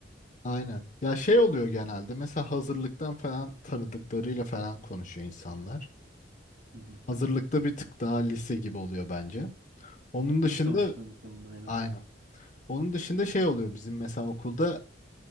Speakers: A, on the left; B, on the right.
A: Aynen. Ya şey oluyor genelde mesela hazırlıktan falan tanıdıklarıyla falan konuşuyor insanlar.
B: Hı hı.
A: Hazırlıkta bir tık daha lise gibi oluyor bence. Onun
B: İlk
A: dışında
B: tanıştığın aynen.
A: aynen. Onun dışında şey oluyor bizim mesela okulda